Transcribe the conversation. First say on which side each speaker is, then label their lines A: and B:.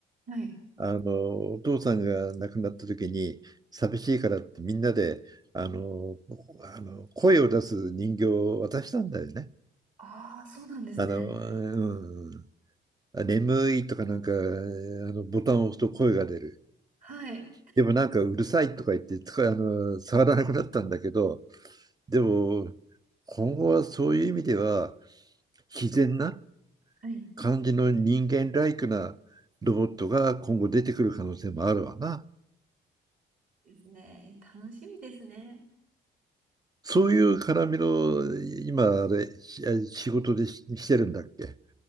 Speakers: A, on the right (about 40°); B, on the right (about 20°).
A: はい。
B: あのお父さんが亡くなった時に寂しいからってみんなであのあの声を出す人形を渡したんだよね。
A: ああ、そうなんですね。
B: あの、うん、あ眠いとかなんかあのボタンを押すと声が出る。
A: はい。
B: でもなんかうるさいとか言ってつかあの触らなくなったんだけど、でも今後はそういう意味では自然な
A: はい。
B: 感じの人間ライクなロボットが今後出てくる可能性もあるわな。
A: ですね。楽しみですね。
B: そういう絡みの今あれ仕事でししてるんだっけ